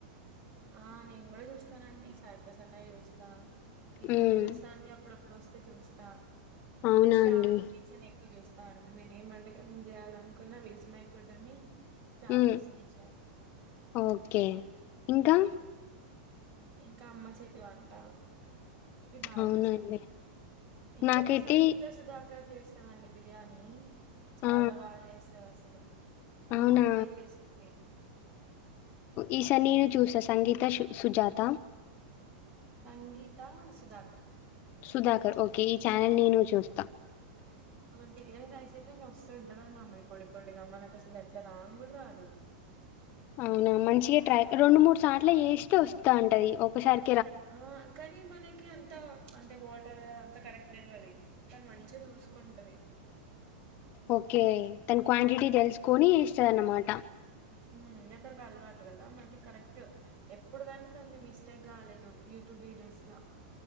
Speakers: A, on the right; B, on the left.
A: ఆ నేను గూడా చూస్తానండి సాయి ప్రసన్న వి జూస్తా ఈ
B: హ్మ్.
A: పెరుగు పచ్చడి ఆంటీ అప్పుడప్ ఇప్పుడు వొస్తే చూస్త
B: అవునా
A: శ్రావణి
B: అండి?
A: కిచెన్ ఎక్కువ జూస్ త్తా అండి నేను ఏం వంటకం చేయాలనుకున్న వీస్ మై ఫుడ్ అని శ్రావణీస్
B: ఉ
A: కిచెన్
B: ఓకే ఇంకా
A: ఇంకా అమ్మ చేతి వంట ఇవి బాగా
B: అవునండి.
A: చూస్త ఇంకోటి
B: నాకైతే
A: సంగీత సుధా గా జేస్తదండి బిర్యానీ చాలా
B: ఆ
A: బాగా జేస్తది అసలు మొన్న
B: అవునా
A: వంకాయ జేసింది
B: ఈ సారి నేను చూస్తా సంగీత షు సుజాత
A: సంగీతా సుధాకర్
B: షుధాకర్ ఓక్ ఈ ఛానల్ నేను చూస్త
A: బిర్యానీ రైస్ అయితే మస్తుంటదండి, అమేది పొడి పొడిగా మనకు అసలు అట్ల రాను గుడ రాదు.
B: అవున మంచిగ ట్రై రెండు మూడు సార్ల చేస్తే వస్తంటది ఒకసారి
A: ఆ కని మనకి అంత అంటే వాటరు అది అంత కరెక్ట్ తెల్వది తను మంచిగా చూసుకుంటది
B: ఓకే తను క్వాంటిటీ తెల్సుకొని చద అన్నమాట
A: ఉ ఇగ తన అలవాటు కదా మళ్ళీ కరెక్ట్ ఎప్పుడు కాని తంది మిస్టేక్ కాలేదు యూట్యూబ్ వీడియోస్ ల